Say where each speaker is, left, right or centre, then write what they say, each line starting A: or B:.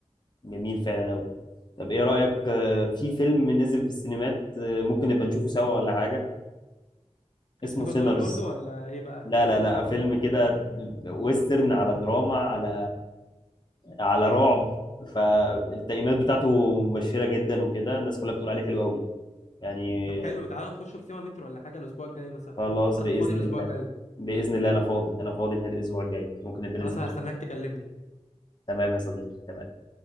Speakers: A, on the left (about 40°); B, on the left (about 80°).
A: جميل فعلا قوي طب ايه رايك آه، في فيلم نزل في السينمات آه، ممكن نبقى نشوفه سوا ولا حاجه
B: كريستوفر
A: اسمه سينرز
B: نولان برضه ولا ايه بقى
A: لا لا لا فيلم كده ويسترن على دراما على على رعب فالتقييمات بتاعته مبشرة جدا وكده الناس كلها بتقول عليه حلو قوي يعني
B: طب حلو تعالى نخش في سينما مترو ولا حاجه الاسبوع الجاي مثلا
A: خلاص
B: بس
A: بإذن
B: انا فاضي الاسبوع
A: الله
B: الجاي
A: بإذن الله أنا فاضي أنا فاضي نهاية الأسبوع الجاي ممكن نبقى
B: خلاص
A: ننزل
B: انا
A: نشوف
B: هستناك تكلمني
A: تمام يا صديقي تمام